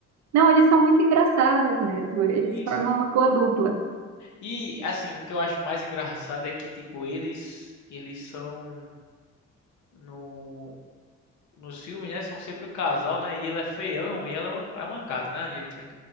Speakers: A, on the right (about 65°); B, on the left (about 70°).
A: Não, eles são muito engraçados mesmo. Eles
B: Isso.
A: formam uma boa dupla.
B: E, assim, o que eu acho mais engraçado é que, tipo, eles... Eles são... No... Nos filmes, né? São sempre um casal, né? E ele é feião e ela é uma, é uma gata, né? a Jennifer?